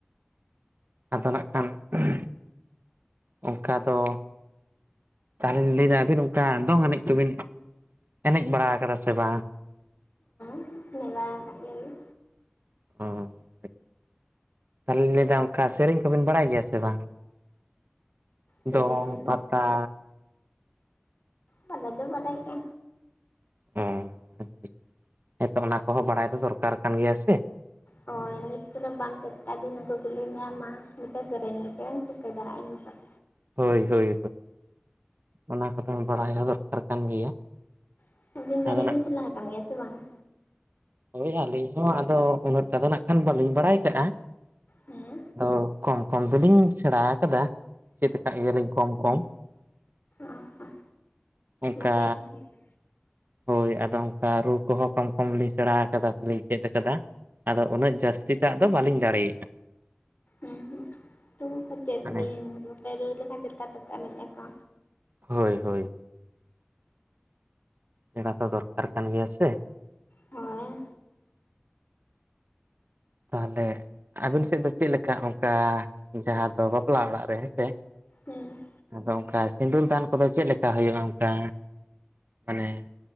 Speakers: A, on the right; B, on the left.
A: ᱟᱫᱚ ᱱᱟᱜᱠᱷᱟᱱ <unintelligible> ᱚᱱᱠᱟ ᱫᱚ ᱛᱟᱦᱞᱮᱧ ᱞᱟᱹᱭᱫᱟ ᱟᱹᱵᱤᱱ ᱚᱝᱠᱟ ᱫᱚᱝ ᱮᱱᱮᱡ ᱠᱚᱵᱤᱱ ᱮᱱᱮᱡ ᱵᱟᱲᱟ ᱠᱟᱫᱟ ᱥᱮ ᱵᱟᱝ
B: ᱮᱱᱮᱡ ᱵᱟᱲᱟᱭ ᱠᱟᱜ ᱜᱮᱭᱟ ᱞᱤᱧ
A: ᱦᱚᱸ ᱛᱟᱦᱞᱮᱧ ᱞᱟᱹᱭᱫᱟ ᱚᱝᱠᱟ ᱥᱮᱨᱮᱧ ᱠᱚᱵᱮᱱ ᱵᱟᱲᱟᱭ ᱜᱮᱭᱟ ᱥᱮ ᱵᱟᱝ
B: ᱥᱮᱨᱮᱧ
A: ᱫᱚᱝ, ᱯᱟᱛᱟ
B: <unintelligible> ᱵᱟᱰᱟᱭ ᱫᱚ ᱵᱟᱰᱟᱭ ᱜᱮ
A: ᱦᱚᱸ, ᱦᱮᱸᱛᱚ ᱚᱱᱟ ᱠᱚᱦᱚᱸ ᱵᱟᱲᱟᱭ ᱫᱚ ᱫᱚᱨᱠᱟᱨ ᱠᱟᱱ ᱜᱮᱭᱟ ᱥᱮ
B: ᱦᱳᱭ ᱱᱤᱛ ᱠᱚᱫᱚ ᱵᱟᱢ ᱪᱮᱫ ᱠᱟᱜ ᱫᱤᱱᱟᱹ ᱠᱚ ᱠᱩᱞᱤ ᱢᱮᱟᱢ ᱢᱟ ᱢᱤᱫᱴᱮᱱ ᱥᱮᱨᱮᱧ ᱪᱮᱫ ᱮᱢ ᱪᱤᱠᱟᱹᱭᱟ ᱫᱟᱲᱮ ᱩᱱ ᱡᱟᱠᱷᱚᱡ
A: ᱦᱳᱭ ᱦᱳᱭ ᱚᱱᱟ ᱠᱚᱫᱚ ᱵᱟᱲᱟᱭ ᱦᱚᱸ ᱫᱚᱨᱠᱟᱨ ᱠᱟᱱ ᱜᱮᱭᱟ
B: <unintelligible> ᱟᱹᱵᱤᱱ
A: ᱟᱫᱚ
B: ᱮᱱᱮᱡ
A: ᱱᱟᱜ
B: ᱵᱤᱱ
A: ᱠᱷᱟᱱ
B: ᱪᱟᱞᱟᱣ ᱟᱠᱟᱱ ᱜᱮᱭᱟ ᱪᱮ ᱵᱟᱝᱟ
A: ᱦᱳᱭ ᱟᱹᱞᱤᱧ ᱦᱚᱸ ᱟᱫᱚ ᱩᱱᱟᱹᱜᱴᱟᱜ ᱫᱚ ᱱᱟᱜ ᱠᱷᱟᱱ ᱵᱟᱹᱞᱤᱧ ᱵᱟᱲᱟᱭ ᱠᱟᱜᱼᱟ᱾
B: ᱦᱮᱸ
A: ᱟᱫᱚ ᱠᱚᱢ ᱠᱚᱢ ᱫᱚᱞᱤᱧ ᱥᱮᱬᱟᱣ ᱠᱟᱫᱟ ᱪᱮᱫ ᱟᱠᱟᱫ ᱜᱮᱭᱟᱞᱤᱧ ᱠᱚᱢ ᱠᱚᱢ
B: ᱚ ᱦᱚᱸ
A: ᱚᱝᱠᱟ
B: ᱱᱟᱯᱟᱭ ᱠᱟᱛᱷᱟ ᱜᱮ
A: ᱦᱳᱭ ᱟᱫᱚ ᱚᱱᱠᱟ ᱨᱩ ᱠᱚᱦᱚᱸ ᱠᱚᱢ ᱠᱚᱢ ᱞᱤᱧ ᱥᱮᱬᱟ ᱟᱠᱟᱫᱟ ᱥᱮᱞᱤᱧ ᱪᱮᱫ ᱟᱠᱟᱫᱟ ᱟᱫᱚ ᱩᱱᱟᱹᱜ ᱡᱟᱹᱥᱛᱤ ᱴᱟᱜ ᱫᱚ ᱵᱟᱞᱤᱧ ᱫᱟᱲᱮᱭᱟᱜᱼᱟ᱾
B: ᱦᱮᱸ ᱦᱩᱸ ᱴᱩᱨᱩ ᱠᱚᱛᱮ
A: ᱢᱟᱱᱮ
B: ᱵᱤᱱ ᱱᱟᱯᱟᱭ ᱨᱩ ᱞᱮᱠᱷᱟᱱ ᱪᱮᱫ ᱞᱮᱠᱟ ᱛᱮᱠᱚ ᱮᱱᱮᱡ ᱟᱠᱚ
A: ᱦᱳᱭ ᱦᱳᱭ ᱥᱮᱬᱟ ᱫᱚ ᱫᱚᱨᱠᱟᱨ ᱠᱟᱱ ᱜᱮᱭᱟ ᱥᱮ
B: ᱦᱳᱭ
A: ᱛᱟᱦᱚᱞᱮ ᱟᱵᱤᱱ ᱥᱮᱫ ᱫᱚ ᱪᱮᱫ ᱞᱮᱠᱟ ᱚᱱᱠᱟ ᱡᱟᱦᱟᱸ ᱫᱚ ᱵᱟᱯᱞᱟ ᱚᱲᱟᱜ ᱨᱮ ᱦᱮᱸᱥᱮ
B: ᱦᱩᱸ
A: ᱟᱫᱚ ᱚᱝᱠᱟ ᱥᱤᱸᱫᱩᱨ ᱫᱟᱱ ᱠᱚᱫᱚ ᱪᱮᱫ ᱞᱮᱠᱟ ᱦᱩᱭᱩᱜᱼᱟ ᱚᱝᱠᱟ ᱢᱟᱱᱮ